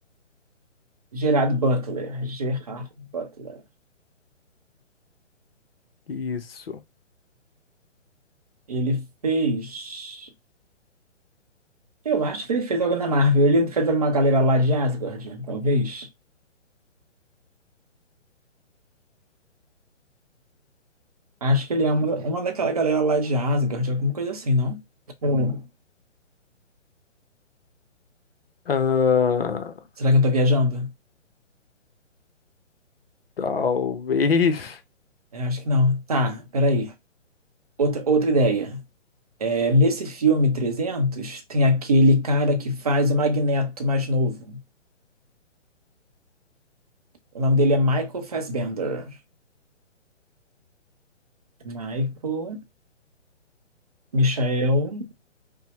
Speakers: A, on the right; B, on the left.
A: Gerard Butler. Gerard Butler.
B: Isso.
A: Ele fez. Eu acho que ele fez algo na Marvel. Ele fez uma galera lá de Asgard, talvez. Acho que ele é uma, uma daquela galera lá de Asgard, alguma coisa assim, não? Hum.
B: Ah,
A: Será que eu tô viajando?
B: talvez. <laughs>
A: É, acho que não. Tá, peraí. Outra, outra ideia. É, nesse filme 300, tem aquele cara que faz o Magneto mais novo. O nome dele é Michael Fassbender. Michael Michael